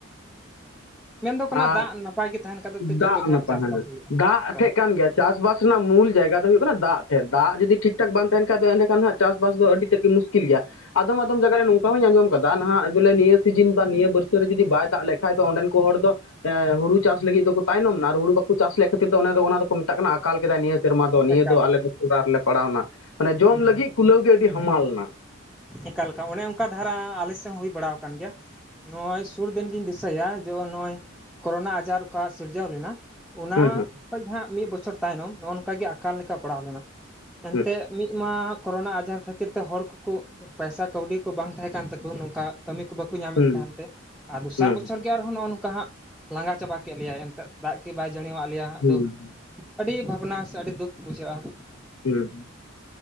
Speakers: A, in the centre; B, on the left.
A: ᱢᱮᱱᱫᱚ ᱠᱟᱱᱟ
B: ᱟᱨ
A: ᱫᱟᱜ ᱱᱟᱯᱟᱭ ᱜᱮ ᱛᱟᱦᱮᱱ ᱠᱷᱟᱡ ᱫᱚ
B: ᱫᱟᱜ
A: ᱡᱚᱛᱚ ᱜᱮ
B: ᱱᱟᱯᱟᱭ
A: ᱦᱟᱸᱜ ᱪᱟᱥ
B: ᱦᱮᱸ
A: ᱵᱟᱥ ᱦᱩᱭᱩᱜ-ᱟ
B: ᱫᱟᱜ
A: ᱠᱟ
B: ᱴᱷᱮᱡ ᱠᱟᱱ ᱜᱮᱭᱟ ᱪᱟᱥᱵᱟᱥ ᱨᱮᱱᱟᱜ ᱢᱩᱞ ᱡᱟᱭᱜᱟ ᱫᱚ ᱦᱩᱭᱩᱜ ᱠᱟᱱᱟ ᱫᱟᱜ ᱴᱷᱮᱜ ᱫᱟᱜ ᱡᱩᱫᱤ ᱴᱷᱤᱠ ᱴᱷᱟᱠ ᱵᱟᱝ ᱛᱟᱦᱮᱱ ᱠᱷᱟᱡ ᱫᱚ ᱮᱸᱰᱮ ᱠᱷᱟᱱ ᱦᱟᱸᱜ ᱪᱟᱥᱵᱟᱥ ᱫᱚ ᱟᱹᱰᱤ ᱛᱮᱫ ᱜᱮ ᱢᱩᱥᱠᱤᱞ ᱜᱮᱭᱟ, ᱟᱫᱚᱢ ᱟᱫᱚᱢ ᱡᱟᱜᱟ ᱨᱮ ᱱᱚᱝᱠᱟ ᱦᱩᱸᱧ ᱟᱸᱡᱚᱢ ᱠᱟᱫᱟ ᱱᱟᱦᱟᱜ ᱵᱚᱞᱮ ᱱᱤᱭᱟᱹ ᱥᱤᱡᱤᱱ ᱵᱟ ᱱᱤᱭᱟᱹ ᱵᱟᱹᱨᱥᱟᱹ ᱨᱮ ᱡᱩᱫᱤ ᱵᱟᱭ ᱫᱟᱜ ᱞᱮᱠᱟᱡ ᱫᱚ ᱚᱸᱰᱮᱱ ᱠᱩ ᱦᱚᱲ ᱫᱚ ᱮ ᱦᱩᱲᱩ ᱪᱟᱥ ᱞᱟᱹᱜᱤᱫ ᱫᱚᱠᱚ ᱛᱟᱭᱱᱚᱢ ᱱᱟ ᱟᱨ ᱦᱩᱲᱩ ᱵᱟᱠᱚ ᱪᱟᱥ ᱞᱮᱜ ᱠᱷᱟᱹᱛᱤᱨ ᱫᱚ ᱚᱱᱮ ᱚᱱᱟ ᱫᱚᱠᱚ ᱢᱮᱛᱟᱜ ᱠᱟᱱᱟ ᱟᱠᱟᱞ ᱠᱮᱫᱟᱭ ᱱᱤᱭᱟᱹ ᱥᱮᱨᱢᱟ ᱫᱚ ᱱᱤᱭᱟᱹ
A: ᱮᱠᱟᱞ
B: ᱫᱚ ᱟᱞᱮ ᱫᱚ ᱠᱷᱚᱨᱟᱨ ᱞᱮ ᱯᱟᱲᱟᱣᱱᱟ ᱢᱟᱱᱮ ᱡᱚᱢ
A: ᱦᱩᱸ ᱦᱩᱸ
B: ᱞᱟᱹᱜᱤᱜ
A: ᱦᱩᱸ
B: ᱠᱩᱞᱟᱹᱣ ᱜᱮ ᱟᱹᱰᱤ ᱦᱟᱢᱟᱞ ᱱᱟ᱾
A: ᱮᱠᱟᱞ ᱠᱟ ᱚᱱᱮ ᱚᱝᱠᱟ ᱫᱷᱟᱨᱟ ᱟᱞᱮ ᱥᱮ ᱦᱚᱸ ᱦᱩᱭ ᱵᱟᱲᱟᱣ ᱠᱟᱱ ᱜᱮᱭᱟ᱾ ᱱᱚᱜ-ᱚᱭ ᱥᱩᱨ ᱫᱤᱱ ᱜᱤᱧ ᱫᱤᱥᱟᱹᱭᱟ ᱡᱮ ᱱᱚᱜ-ᱚᱭ ᱠᱚᱨᱳᱱᱟ ᱟᱡᱟᱨ ᱚᱠᱟ ᱥᱤᱨᱡᱟᱹᱣ ᱞᱮᱱᱟ ᱚᱱᱟ
B: ᱦᱩᱸ ᱦᱩᱸ
A: ᱠᱷᱚᱡ ᱦᱟᱸᱜ ᱢᱤᱜ ᱵᱚᱪᱷᱚᱨ ᱛᱟᱭᱱᱚᱢ ᱱᱚᱜᱚᱱ ᱠᱟᱜᱮ ᱟᱠᱟᱞ ᱞᱮᱠᱟ ᱯᱟᱲᱟᱣ ᱞᱮᱱᱟ ᱮᱱᱛᱮᱜ
B: ᱦᱩᱸ
A: ᱢᱤᱜ ᱢᱟ ᱠᱚᱨᱚᱱᱟ ᱟᱡᱟᱨ ᱠᱷᱟᱹᱛᱤᱨ ᱛᱮ ᱦᱚᱲ ᱠᱚ ᱠᱩᱜ ᱯᱟᱭᱥᱟ ᱠᱟᱹᱣᱰᱤ ᱠᱚ ᱵᱟᱝ ᱛᱟᱦᱮᱸ ᱠᱟᱱ ᱛᱮᱠᱩ ᱱᱚᱝᱠᱟ ᱠᱟᱹᱢᱤ ᱠᱩ ᱵᱟᱠᱚ ᱧᱟᱢᱮᱜ
B: ᱦᱩᱸ
A: ᱛᱟᱦᱮᱱ ᱛᱮ ᱟᱨ ᱫᱚᱥᱟᱨ
B: ᱦᱩᱸ
A: ᱵᱚᱪᱷᱚᱨ
B: ᱦᱩᱸ
A: ᱠᱮ ᱟᱨᱦᱚᱸ ᱱᱚᱜ-ᱚ ᱱᱚᱠᱟ ᱦᱟᱸᱜ ᱞᱟᱸᱜᱟ ᱪᱟᱵᱟ ᱠᱮᱫ ᱞᱮᱭᱟᱭ ᱮᱱᱛᱮᱫ ᱫᱟᱜ ᱜᱮ ᱵᱟᱭ ᱡᱟᱹᱲᱤᱩᱣᱟᱜ ᱞᱮᱭᱟ
B: ᱦᱩᱸ
A: ᱦᱟᱜ ᱟᱫᱚ
B: ᱦᱩᱸ
A: ᱟᱹᱰᱤ ᱵᱷᱟᱱᱟ ᱥᱮ ᱟᱹᱰᱤ ᱫᱩᱠ ᱵᱩᱡᱷᱟᱹᱜ-ᱟ᱾
B: ᱦᱩᱸ ᱦᱩᱸ